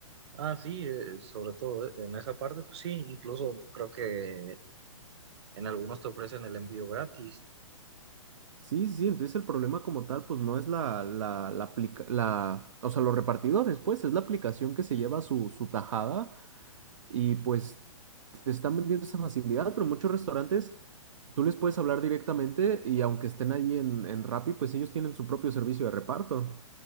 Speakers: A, on the right (about 55°); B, on the right (about 70°).
A: Ah, sí, eh, sobre todo eh, en esa parte, pues sí, incluso creo que en algunos te ofrecen el envío gratis.
B: Sí, sí, entonces el problema como tal pues no es la, la, la, aplica- la, o sea, los repartidores, pues es la aplicación que se lleva su, su tajada y pues te están vendiendo esa facilidad, pero muchos restaurantes tú les puedes hablar directamente y aunque estén ahí en, en Rappi, pues ellos tienen su propio servicio de reparto